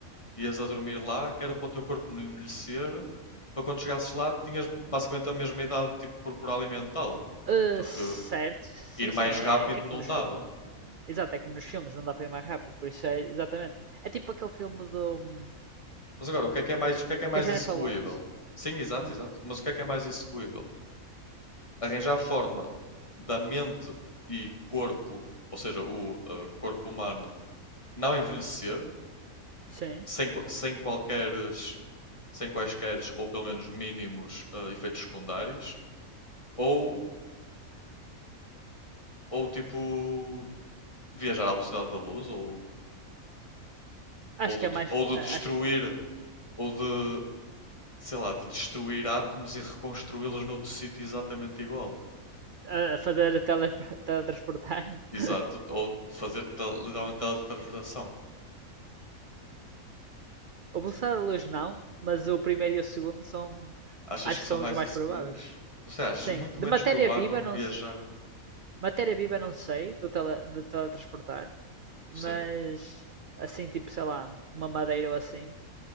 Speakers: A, on the left; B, on the right.
A: Ias a dormir lá, que era para o teu corpo não envelhecer, para quando chegasses lá, tinhas basicamente a mesma idade, tipo, corporal e mental,
B: Eh,
A: porque
B: certo. Sim,
A: ir mais
B: sim. É,
A: rápido
B: é como
A: não
B: nos
A: dava.
B: filmes. Exato, é como nos filmes. Não dá para ir mais rápido. Por isso é exatamente. É tipo aquele filme do. hum,
A: Mas agora, o que é que é mais,
B: Que,
A: o que é que é mais
B: que a Jennifer
A: execuível?
B: Lawrence.
A: Sim, exato,
B: Hum,
A: exato. Mas o que é que é mais execuível? Arranjar a forma da mente e corpo, ou seja, o uh, corpo humano, não envelhecer,
B: sim.
A: sem, qua- sem qualqueres, sem quaisqueres, ou pelo menos mínimos, uh, efeitos secundários, ou, ou tipo, viajar à velocidade da luz ou,
B: Acho
A: ou,
B: que é
A: de,
B: mais.
A: ou de
B: a-
A: destruir
B: Acho que
A: ou de, sei lá, de destruir átomos e reconstruí-los noutro sítio exatamente igual.
B: a a fazer a tele, <laughs> teletransportar.
A: Exato,
B: <laughs>
A: ou fazer tel- literalmente teletransportação.
B: O velocidade da luz não, mas o primeiro e o segundo são.
A: Achas
B: Acho
A: que
B: que
A: são
B: são
A: mais
B: os mais
A: isso
B: prováveis.
A: que vês? Ou seja, achas
B: Sim.
A: muito
B: De
A: menos
B: matéria
A: provável
B: viva, não,
A: viajar.
B: se- matéria viva não sei, do tele, de teletransportar, mas
A: Sim.
B: assim, tipo, sei lá, uma madeira ou assim,